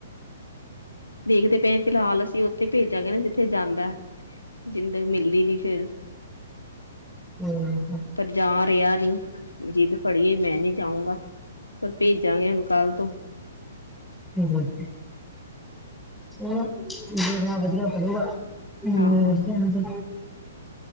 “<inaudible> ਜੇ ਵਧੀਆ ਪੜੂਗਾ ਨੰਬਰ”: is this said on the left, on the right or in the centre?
Centre